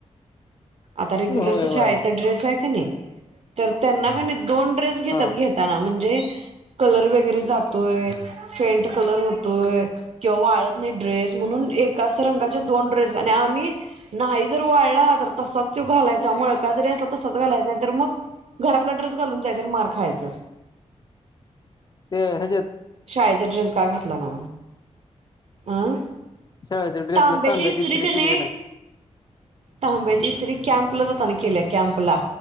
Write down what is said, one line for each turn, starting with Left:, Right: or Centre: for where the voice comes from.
Right: आता रेग्युलर
Left: होय
Right: त
Left: होय
Right: शाळाचा ड्रेस आहे का नाही तर त्यांना का दोन ड्रेस घेतात
Left: हा
Right: घेताना म्हणजे कलर वगैरे जातोय फेंट कलर होतोय किंवा वाळत नाही ड्रेस म्हणून एकाच रंगाचे दोन आम्ही नाही जर वाढला तसच तो घालायचा मळका जरी असला तसच घालायच नाही तर मग घरातला ड्रेस घालून जायच मार खायचं
Left: ते हज
Right: शाळेचा ड्रेस का घातला ना अं
Left: शाळेच्या ड्रेसला
Right: तांबे
Left: तांब्यात
Right: च इत्र्री
Left: इस्त्री
Right: क
Left: केली की नाही
Right: तांब्याचीत्री कॅम्पलाच होताना केल्या कॅम्प ला